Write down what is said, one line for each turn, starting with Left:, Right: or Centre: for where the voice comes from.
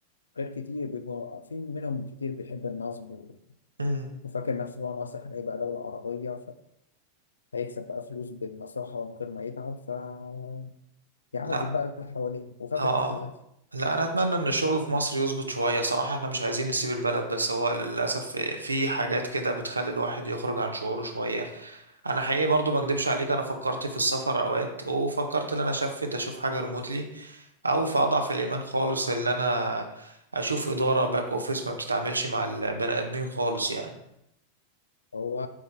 Left: غير كتير بيبقوا في منهم كتير بيحب النصب و-
Right: مم.
Left: وفاكر نفسه بقى ناصح هيبقى دولة عربية فهيكسب بقى فلوس بالنصاحة ومن غير ما يتعب فيعذب
Right: لا
Left: بقى اللي حواليه وفاكر
Right: اه
Left: نفسه ذكي
Right: لا انا اتمنى ان الشغل في مصر يظبط شويه صراحه احنا مش عايزين نسيب البلد بس هو للاسف في حاجات كده بتخلي الواحد يخرج عن شعوره شويه انا حقيقي برضو ما اكدبش عليك انا فكرت في السفر اوقات وفكرت ان انا اشفت اشوف حاجه ريموتلي او في اضعف الايمان خالص ان انا اشوف اداره باك اوفيس ما بتتعاملش مع البني ادمين خالص يعني
Left: هو